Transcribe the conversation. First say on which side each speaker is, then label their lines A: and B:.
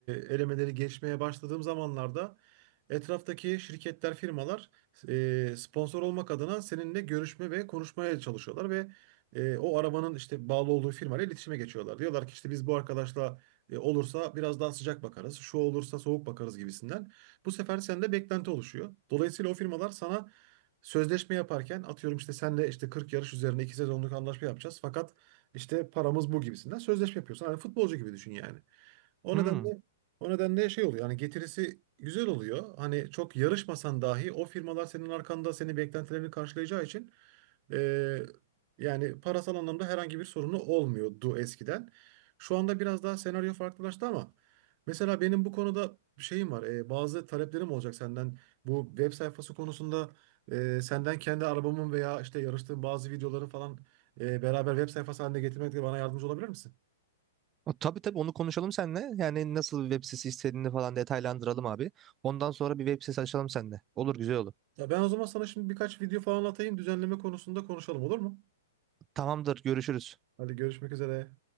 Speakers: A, on the right; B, on the right.
A: elemeleri geçmeye başladığım zamanlarda etraftaki şirketler, firmalar e, sponsor olmak adına seninle görüşme ve konuşmaya çalışıyorlar ve e, o arabanın işte bağlı olduğu firmayla iletişime geçiyorlar. Diyorlar ki işte biz bu arkadaşla e, olursa biraz daha sıcak bakarız, şu olursa soğuk bakarız gibisinden. Bu sefer sende beklenti oluşuyor. Dolayısıyla o firmalar sana sözleşme yaparken atıyorum işte senle işte 40 yarış üzerine 2 sezonluk anlaşma yapacağız. Fakat işte paramız bu gibisinden sözleşme yapıyorsun. Hani futbolcu gibi düşün yani. O
B: Hmm.
A: nedenle o nedenle şey oluyor. Hani getirisi güzel oluyor. Hani çok yarışmasan dahi o firmalar senin arkanda senin beklentilerini karşılayacağı için eee, yani parasal anlamda herhangi bir sorunu olmuyordu eskiden. Şu anda biraz daha senaryo farklılaştı ama mesela benim bu konuda bir şeyim var. Eee, bazı taleplerim olacak senden. Bu web sayfası konusunda eee, senden kendi arabamın veya işte yarıştığım bazı videoların falan e, beraber web sayfası haline getirmekte bana yardımcı olabilir misin?
B: O, Tabii tabii onu konuşalım seninle. Yani nasıl bir web sitesi istediğini falan detaylandıralım abi. Ondan sonra bir web sitesi açalım seninle. Olur güzel olur.
A: Ya ben o zaman sana şimdi birkaç video falan atayım düzenleme konusunda konuşalım olur mu?
B: Tamamdır görüşürüz.
A: Hadi görüşmek üzere.